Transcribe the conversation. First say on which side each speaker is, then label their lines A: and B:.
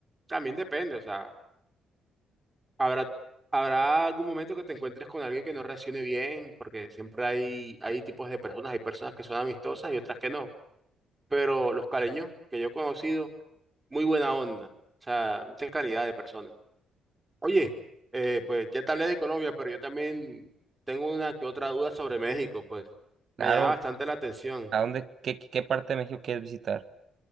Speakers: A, on the right; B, on the right.
A: también depende, o sea. Habrá, habrá algún momento que te encuentres con alguien que no reaccione bien, porque siempre hay, hay tipos de personas, hay personas que son amistosas y otras que no. Pero los caleños que yo he conocido, muy buena onda, o sea, mucha calidad de personas. Oye, eh, pues ya te hablé de Colombia, pero yo también tengo una que otra duda sobre México, pues me
B: Claro,
A: llama bastante la atención.
B: ¿a dónde, qué, qué qué parte de México quieres visitar?